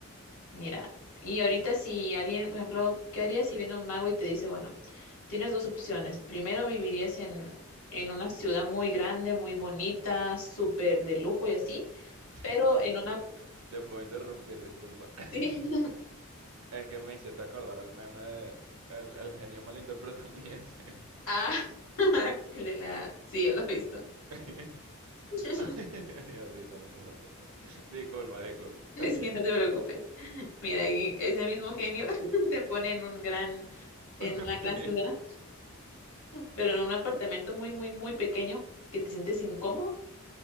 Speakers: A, on the left; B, on the right.
A: Mira, y ahorita si alguien, por ejemplo, ¿qué harías si viene un mago y te dice, bueno, tienes dos opciones. Primero vivirías en, en una ciudad muy grande, muy bonita, súper de lujo y así,
B: <laughs>
A: pero en una... <laughs>
B: Te puedo interrumpir, disculpa. <laughs>
A: Sí.
B: Es que me hiciste acordar el meme de... El, el genio malinterpretó mi ese.
A: Ah, <laughs> el de la... Sí, él lo he visto.
B: <laughs>
A: <laughs>
B: Me dio risa, no sé por qué. Disculpa, disculpa. <laughs>
A: Sí, no te preocupes. Mira, y ese mismo genio <laughs> te pone en un gran, en
B: Ok.
A: una gran ciudad, pero en un apartamento muy, muy, muy pequeño que te sientes incómodo